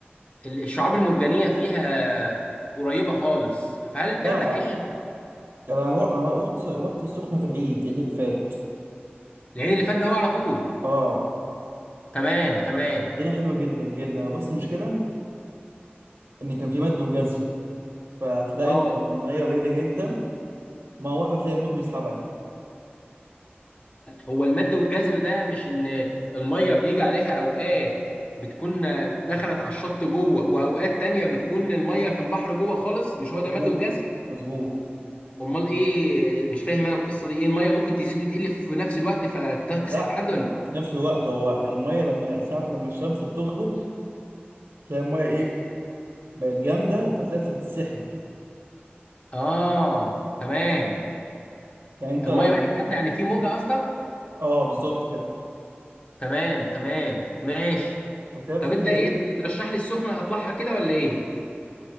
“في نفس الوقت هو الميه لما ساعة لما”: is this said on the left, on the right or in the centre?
Right